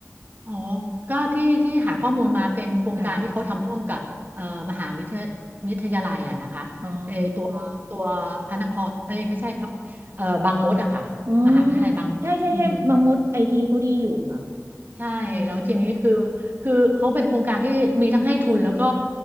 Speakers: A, on the right; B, on the right.
A: อ๋อก็ที่ที่หาข้อมูลมาเป็นโครงการที่เขาทำร่วมกับเอ่อมหาวิทยาวิทยาลัยอะนะคะเออตัวตัวพระนครเอ้ยไม่ใช่พระเอ่อบางมดอะค่ะมหาวิทยาลัยบางมดอืม
B: ค่ะอ๋ออ๋อใช่ใช่ใช่บางมดไอทีเขาดีอยู่ค่ะ
A: ใช่แล้วทีนี้คือ
B: อืม
A: คือเขาเป็นโครงการที่มีทั้งให้ทุนแล้วก็